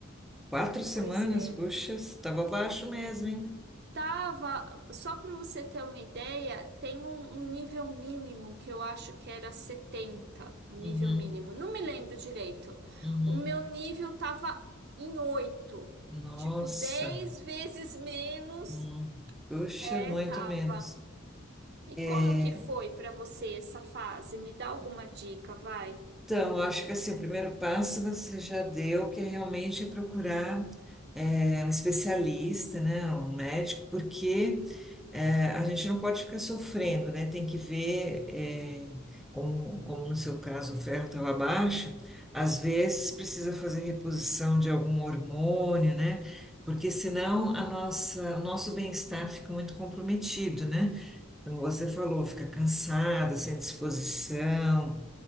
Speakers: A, in the centre; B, on the right (about 50°).
A: Quatro semanas,
B: Pois é.
A: puxa, estava abaixo mesmo, hein?
B: Tava, só para você ter uma ideia, tem um, um nível mínimo que eu acho que era 70 o nível
A: Uhum.
B: mínimo. Não me lembro direito.
A: Uhum.
B: O meu nível tava em oito
A: Nossa.
B: tipo 10 vezes menos.
A: Hum, puxa,
B: É,
A: muito
B: tava.
A: menos.
B: E como
A: É,
B: que foi para você essa fase? Me dá alguma dica, vai.
A: Então, eu acho que assim, o primeiro passo você já deu, que é realmente procurar é, um especialista, né, um médico, porque é, a gente não pode ficar sofrendo, né? Tem que ver, é, como, como no seu caso o ferro estava baixo, às vezes precisa fazer reposição de algum hormônio, né? Porque senão a nossa, o nosso bem-estar fica muito comprometido, né? Como você falou, fica cansada, sem disposição,